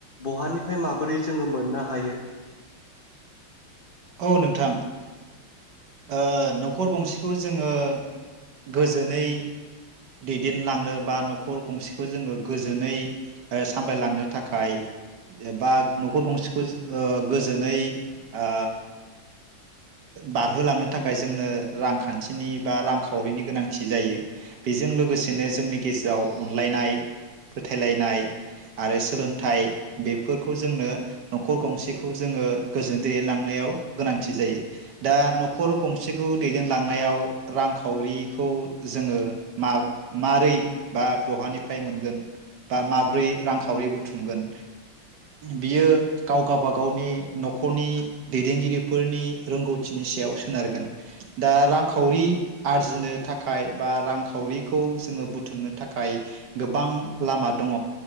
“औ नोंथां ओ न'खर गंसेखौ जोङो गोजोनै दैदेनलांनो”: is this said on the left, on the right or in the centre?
Right